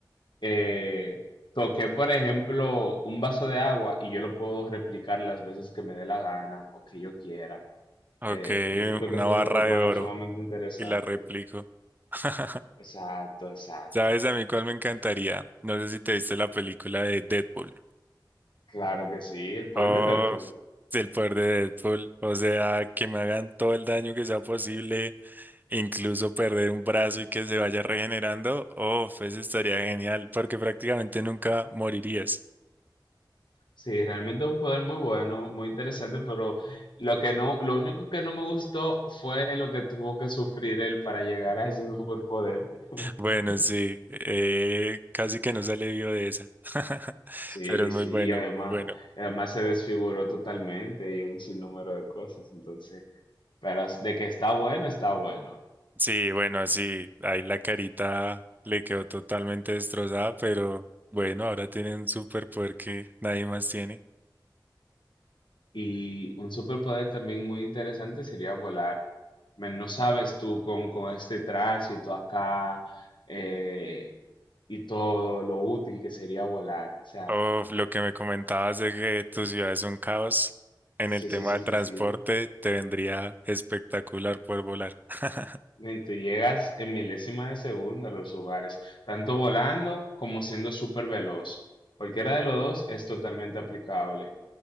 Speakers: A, on the left; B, on the right.
A: eh, toqué, por ejemplo, un vaso de agua y yo lo puedo replicar las veces que me dé la gana o que yo quiera.
B: Ok,
A: Eh, yo siento
B: una
A: que es un
B: barra
A: superpoder
B: de oro
A: sumamente interesante.
B: y la replico. <laughs>
A: Exacto, exacto.
B: ¿Sabes a mí cuál me encantaría? No sé si te viste la película de Deadpool.
A: Claro que sí, el poder
B: Oh,
A: de Deadpool.
B: el poder de Deadpool. O sea, que me hagan todo el daño que sea posible, incluso perder un brazo y que se vaya regenerando. Oh, eso estaría genial, porque prácticamente nunca morirías.
A: Sí, realmente es un poder muy bueno, muy interesante, pero lo que no, lo único que no me gustó fue lo que tuvo que sufrir él para llegar a ese superpoder. <laughs>
B: Bueno, sí, eh, casi que no sale vivo de esa. <laughs>
A: Sí,
B: Pero es muy
A: sí,
B: bueno,
A: y además,
B: muy bueno.
A: y además se desfiguró totalmente y un sinnúmero de cosas, entonces Pero de que está bueno, está bueno.
B: Sí, bueno, sí, ahí la carita le quedó totalmente destrozada, pero bueno, ahora tiene un superpoder que nadie más tiene.
A: Y un superpoder también muy interesante sería volar. Men, no sabes tú con, con este tránsito acá eh, y todo lo útil que sería volar. O sea,
B: Uf, lo que me comentabas de que tu ciudad es un caos en
A: sí,
B: el tema
A: sí, sí,
B: del
A: sí,
B: transporte,
A: sí.
B: te vendría espectacular poder volar. <laughs>
A: Men, tú llegas en milésima de segundo a los lugares, tanto volando como siendo súper veloz. Cualquiera de los dos es totalmente aplicable.